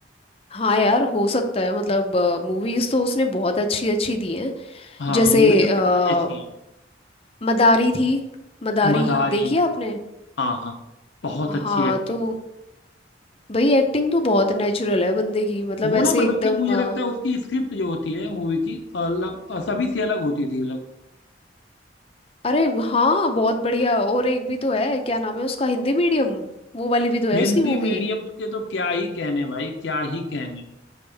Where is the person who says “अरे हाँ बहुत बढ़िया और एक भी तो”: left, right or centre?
Left